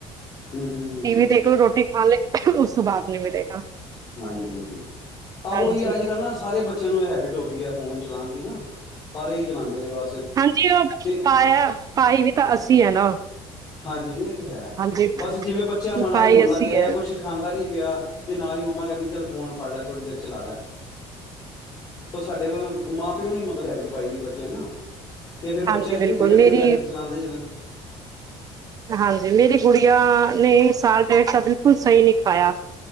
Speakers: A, on the left; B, on the right.
A: ਹਮ ਹਮ ਹਮ
B: ਟੀ ਵੀ ਦੇਖ ਰੋਟੀ ਖਾ ਲ ਉਸ ਤੋਂ ਬਾਅਦ ਨਹੀ ਮਿਲੇਗਾ
A: ਹਾਂਜੀ ਹਾਂਜੀ ਆ
B: ਹਾਂਜੀ
A: ਉ ਹੀ ਅਜ ਕਲ ਨਾ ਸਾਰੇ ਬੱਚਿਆਂ ਨੂੰ ਇਹ ਹੈਬਿਟ ਹੋ ਗਈ ਹੈ। ਫੋਨ ਚਲਾਉਣ ਦੀ ਨਾ ਸਾਰੇ ਹੀ ਚਲਾਉਦੇ ਨੇ ਬਸ
B: ਹਾਂਜੀ ਉਹ
A: ਤੇ
B: ਪਾਇਆ ਪਾਈ ਵੀ ਤਾਂ ਅਸੀਂ ਹੈ ਨਾ
A: ਹਾਂਜੀ ਜੀ ਇਹ ਤੇ ਹੈ।
B: ਹਾਂਜੀ
A: ਬਸ ਜਿਵੇ ਬੱਚਾ ਮਾੜਾ
B: ਸਫ਼ਾਈ
A: ਰੋਣ
B: ਅੱਸੀਂ
A: ਲਗ ਗਿਆ
B: ਹੈ।
A: ਕੁਛ ਖਾਂਦਾ ਨੀ ਪਿਆ ਤੇ ਨਾਲ ਹੀ ਮੰਮਾ ਕਹਿਦੇ ਚਲ ਫੋਨ ਫੜ ਲੈ ਥੋੜ੍ਹੀ ਦੇਰ ਚਲਾ ਲੈ ਉਹ ਸਾਡੇ ਮਾਂ ਪਿਓ ਨੇ ਮਤਲਬ ਹੈਬਿਟ ਪਾਈ ਦੀ ਬਚੇ ਨਾ ਤੇ ਫੇਰ ਇੱਥੋਂ
B: ਹਾਂਜੀ
A: ਹੀ ਬੱਚਾ
B: ਬਿਲਕੁਲ
A: ਵਿਗੜ
B: ਮੇਰੀ
A: ਜਾਂਦਾ ਫੋਨ ਚਲਾਂਦੇ ਚਲਾਂਦੇ
B: ਹਾਂਜੀ ਮੇਰੀ ਗੁੜੀਆਂ ਨੇ ਸਾਲ ਡੇਟ ਦਾ ਬਿਲਕੁਲ ਸਹੀ ਨਹੀ ਖਾਇਆ